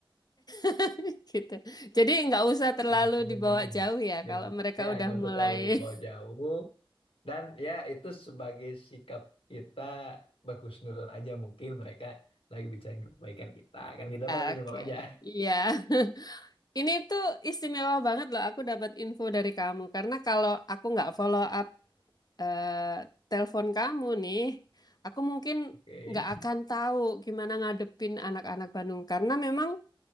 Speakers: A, on the left; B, on the left.
A: <laughs> gitu. Jadi nggak usah terlalu
B: Iya, senyumin
A: dibawa
B: aja.
A: jauh ya
B: Senyumin.
A: kalau mereka
B: Ya,
A: udah
B: nggak
A: mulai.
B: usah terlalu dibawa jauh. Dan ya itu sebagai sikap kita berhusnuzon aja mungkin mereka lagi bicarain kebaikan kita. Kan kita
A: <laughs>
B: bahas senyum
A: Oke,
B: aja.
A: iya. <laughs> Ini tuh istimewa banget loh aku dapat info dari kamu karena kalau aku nggak follow up eh telepon kamu nih, aku mungkin
B: <laughs> Oke.
A: nggak akan tahu gimana ngadepin anak-anak Bandung karena memang